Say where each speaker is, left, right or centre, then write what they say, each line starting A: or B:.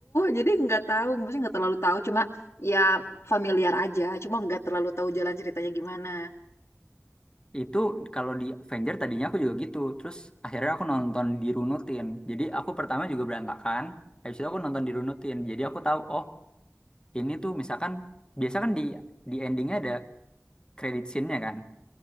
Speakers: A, on the left; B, on the left.
A: Jadi nggak tahu, maksudnya nggak terlalu tahu. Cuma ya familiar aja. Cuma nggak terlalu tahu jalan ceritanya gimana.
B: Itu kalau di Avenger tadinya aku juga gitu. Terus akhirnya aku nonton dirunutin. Jadi aku pertama juga berantakan. Habis itu aku nonton dirunutin. Jadi aku tahu, oh ini tuh misalkan biasa kan di di endingnya ada credit scene-nya kan.